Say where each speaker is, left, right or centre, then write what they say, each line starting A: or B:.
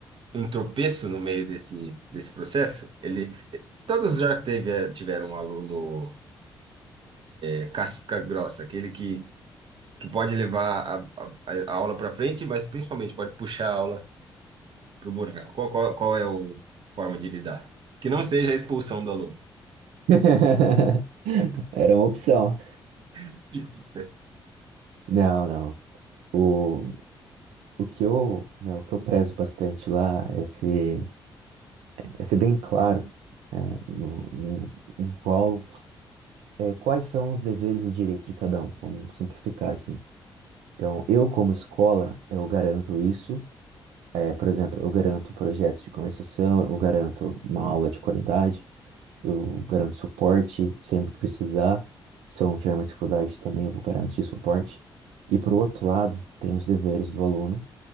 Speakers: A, on the right; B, on the right.
A: um tropeço no meio desse, desse processo. Ele, todos já teve, eh, tiveram um aluno é, casca grossa, aquele que, que pode levar a, a, a aula para frente, mas principalmente pode puxar a aula para o buraco. Qual, qual, qual é a forma de lidar? Que não seja a expulsão do aluno.
B: <laughs> Era uma opção.
A: <laughs>
B: Não, não. O, o que eu, né, o que eu prezo bastante lá é ser, é ser bem claro, né, no, no, em qual é, quais são os deveres e direitos de cada um? Vamos simplificar assim. Então, eu como escola, eu garanto isso. É, por exemplo, eu garanto projetos de conversação, eu garanto uma aula de qualidade, eu garanto suporte sempre que precisar. Se eu não tiver mais dificuldade também, eu vou garantir suporte. E por outro lado, tem os deveres do aluno